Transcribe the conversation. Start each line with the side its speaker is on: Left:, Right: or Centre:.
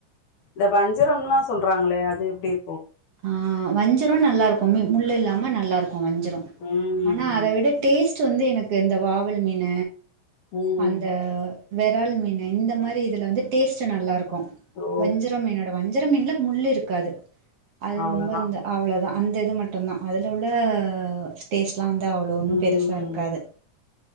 Left: இந்த வஞ்சரம்லா சொல்றாங்களே அது எப்டிர்க்கு
Right: அ வஞ்சரொ நல்லாருக்கு மி முள் இல்லாம நல்லாருக்கு வஞ்சரொ
Left: ம்
Right: அனா அத விட டேஸ் வந்து எனக்கு இந்த வாவல் மீன
Left: ம்
Right: அந்த வெறால் மீன இந்த மாரி இதுல வந்து டேஸ்ட்டு நல்லாருக்கு
Left: ஓ
Right: வஞ்சரமீனோட வஞ்சரம் மீன்ல முள் இருக்காது அது
Left: அவ்ளோதா
Right: ரொம்ப இந்த அவ்ளோதா அந்த இது மட்டுந்தா அதுல உள்ள டேஸ்ட்லா வந்து அவ்ளோ ஒன்னு
Left: ம்
Right: பெருசா இருக்காது